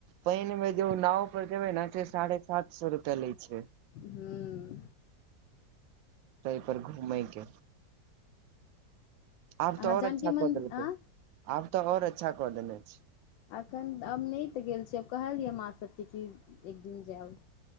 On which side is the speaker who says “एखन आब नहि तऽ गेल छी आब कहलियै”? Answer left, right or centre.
Left